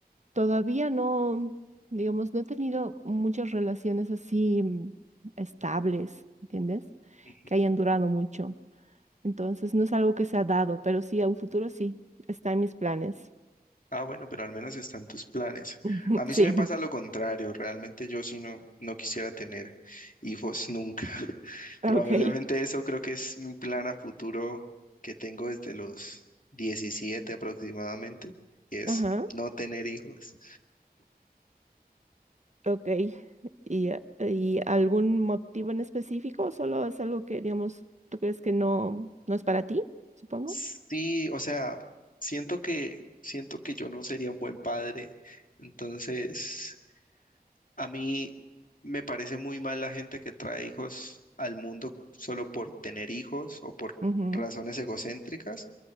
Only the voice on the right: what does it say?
Todavía no, digamos, no he tenido muchas relaciones así mm, estables, ¿entiendes?
Que hayan durado mucho. Entonces, no es algo que se ha dado, pero sí, a un futuro sí, está en mis planes.
<laughs>
Sí,
ok.
Ajá,
ok. ¿Y, eh, y algún motivo en específico o solo es algo que, digamos, tú crees que no, no es para ti, supongo?
Ujú,